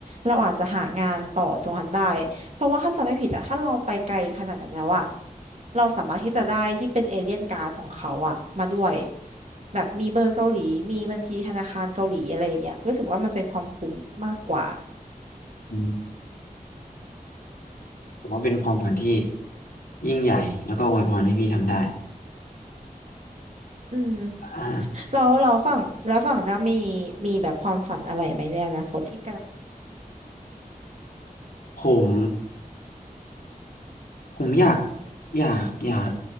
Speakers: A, on the right; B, on the left.
A: เราอาจจะหางานต่อตรงนั้นได้ เพราะว่าถ้าจำไม่ผิดอ่ะถ้าเราไปไกลขนาดนั้นแล้วอ่ะเราสามารถที่จะได้ที่เป็นเอเลียนการ์ดของเขาอ่ะมาด้วยแบบมีเบอร์เกาหลีมีบัญชีธนาคารเกาหลีอะไรอย่างเงี้ยรู้สึกว่ามันเป็นความคุ้มมากกว่า
B: อืมผมว่าเป็นความฝันที่ยิ่งใหญ่แล้วก็อวยพรให้พี่ทำได้
A: อืม
B: <laughs> อ่า
A: เราเราฝั่งแล้วฝั่งด้ามีมีแบบความฝันอะไรไหมในอนาคตที่
B: ผม ผมอยากอยากอยาก